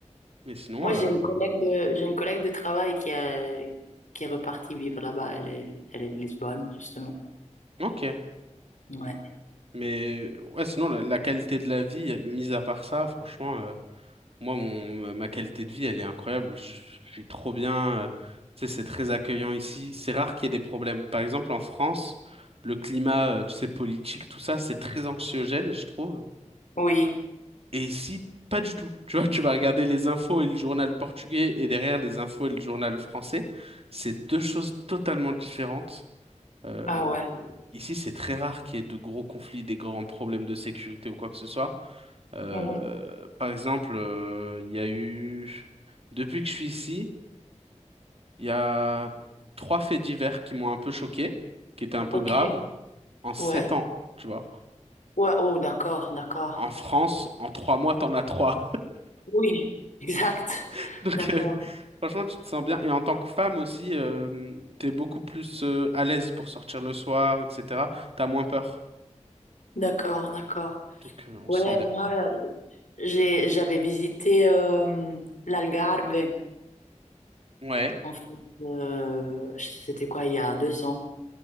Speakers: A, on the right; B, on the left.
A: Mais sinon,
B: Moi,
A: euh,
B: j'ai une collègue de, j'ai une collègue de travail qui est, qui est repartie vivre là-bas. Elle est, elle est de Lisbonne, justement.
A: ok.
B: Ouais.
A: Mais ouais, sinon, la, la qualité de la vie, mise à part ça, franchement, euh, moi, mon, ma qualité de vie, elle est incroyable. Je, je suis trop bien. euh, tu sais, c'est très accueillant ici. C'est rare qu'il y ait des problèmes. Par exemple, en France, le climat, euh, tu sais, politique, tout ça, c'est très anxiogène, je trouve.
B: Oui.
A: Et ici, pas du tout. Tu vois, tu vas regarder les infos et le journal portugais et derrière les infos et le journal français. C'est deux choses totalement différentes. Euh,
B: Ah ouais.
A: ici, c'est très rare qu'il y ait de gros conflits, des grands problèmes de sécurité ou quoi que ce soit. Euh,
B: Mhm.
A: par exemple, euh, il y a eu... Depuis que je suis ici, il y a trois faits divers qui m'ont un peu choqué, qui étaient un peu
B: OK.
A: graves, en sept
B: Ouais.
A: ans, tu vois.
B: Ouais. Oh, d'accord, d'accord.
A: En en France, en trois mois, t'en as trois.
B: Oui, exact.
A: <laughs> Donc,
B: D'accord,
A: euh, Franchement, tu te sens bien. Et en tant que femme aussi, euh, t'es beaucoup plus euh, à l'aise pour sortir le soir, etc. T'as moins peur.
B: d'accord, d'accord.
A: Donc, euh, on
B: Ouais,
A: se sent bien,
B: moi,
A: quoi.
B: j'ai, j'avais visité euh, l'Algarve,
A: Ouais,
B: en fait. euh, c'était quoi, il y a deux ans.